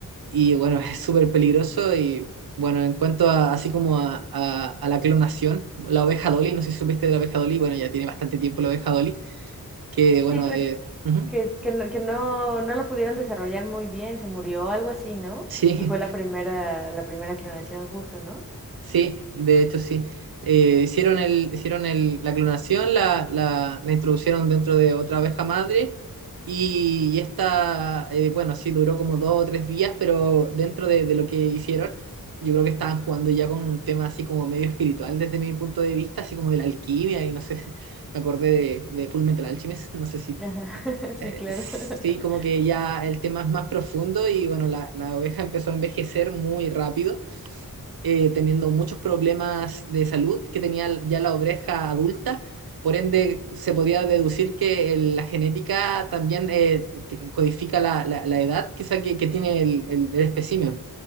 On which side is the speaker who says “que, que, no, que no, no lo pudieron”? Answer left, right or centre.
Centre